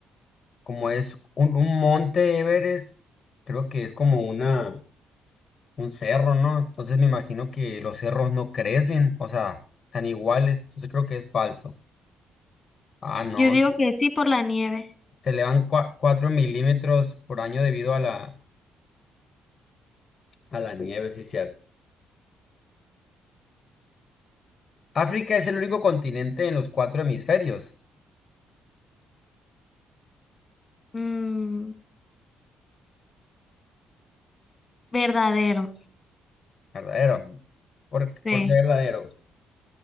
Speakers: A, on the left; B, on the left.
A: como es un, un Monte Everest, creo que es como una, un cerro, ¿no? Entonces me imagino que los cerros no crecen, o sea, están iguales. Entonces creo que es falso. Ah, no.
B: Yo digo que sí por la nieve.
A: Se elevan cua- 4 milímetros por año debido a la, a la nieve, sí, cierto. África es el único continente en los cuatro hemisferios.
B: Mm, verdadero.
A: Verdadero. ¿Por,
B: Sí.
A: por qué verdadero?